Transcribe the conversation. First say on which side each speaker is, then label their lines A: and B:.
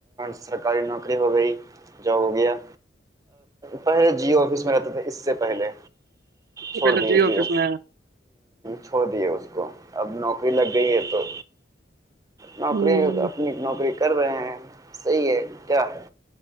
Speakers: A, on the right; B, on the right.
A: سرکاری نوکری ہو گئی جو ہو گیا پہلے جیو آفس میں رہتے تھے اس سے پہلے چھوڑ
B: پہلے
A: دیے
B: جیو آفس
A: ہ
B: میں ہے
A: چھوڑ دیے اس کو اب نوکری لگ گئی ہے تو نوکری
B: ہ
A: اپنی نوکری کر رہے ہیں صحیح ہے کیا ہے